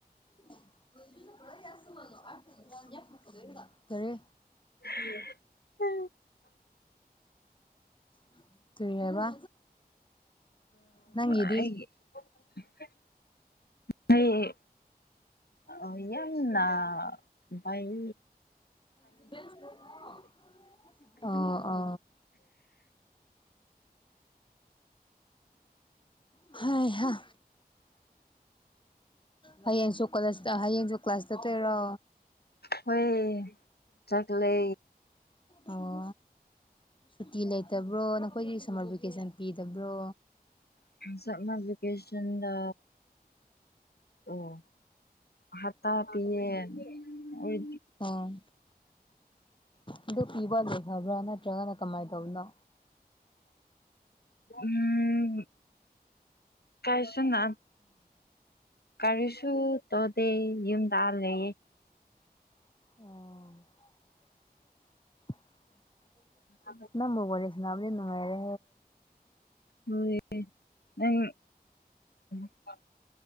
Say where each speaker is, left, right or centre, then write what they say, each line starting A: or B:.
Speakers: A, on the left; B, on the left.
A: <unintelligible> ꯀꯔꯤ
B: <unintelligible>
A: <unintelligible> ꯀꯔꯤ ꯍꯥꯏꯕ ꯅꯪꯒꯤꯗꯤ
B: ꯑꯩꯒꯤ <inaudible> ꯑꯩ ꯑ ꯌꯥꯝꯅꯥ ꯐꯩ
A: <inaudible> ꯑ ꯑ <unintelligible> ꯍꯥꯏꯍꯥ ꯍꯌꯦꯡꯁꯨ ꯀ꯭ꯂꯦꯁꯇ ꯍꯌꯦꯡꯁꯨ ꯀ꯭ꯂꯥꯁ ꯆꯠꯇꯨꯏꯔꯣ
B: ꯍꯣꯏ ꯆꯠꯂꯦ
A: ꯑꯣ ꯁꯨꯇꯤ ꯂꯩꯇꯕ꯭ꯔꯣ ꯅꯈꯣꯏꯒꯤ ꯁꯝꯃꯔ ꯚꯦꯀꯦꯁꯟ ꯄꯤꯗꯕ꯭ꯔꯣ
B: ꯁꯝꯃꯔ ꯚꯦꯀꯦꯁꯟꯗ ꯑꯣ ꯍꯞꯇꯥ ꯄꯤꯌꯦ ꯑꯣꯏ
A: ꯎꯝ ꯑꯗꯨ ꯄꯤꯕ ꯂꯣꯏꯈꯕ꯭ꯔꯣ ꯅꯠꯇ꯭ꯔꯒꯅ ꯀꯃꯥꯏ ꯇꯧꯔꯤꯅꯣ
B: <unintelligible> ꯎꯝ ꯀꯔꯤꯁꯨꯅ ꯀꯔꯤꯁꯨ ꯇꯧꯗꯦ ꯌꯨꯝꯗꯥꯂꯩꯌꯦ
A: ꯑꯣ <inaudible>
B: <unintelligible>
A: ꯅꯝꯕ ꯋꯥꯔꯤ ꯁꯥꯟꯅꯕꯁꯤꯗꯤ ꯅꯨꯡꯉꯥꯏꯔꯦ
B: <unintelligible>